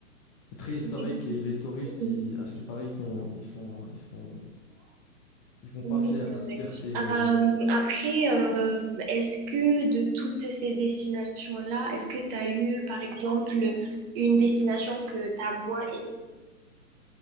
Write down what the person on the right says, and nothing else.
Oui,
oui,
Oui,
c'est vrai.
Euh, après, euh, est-ce que de toutes ces destinations-là, est-ce que tu as eu, par exemple, une destination que tu as moins aimée?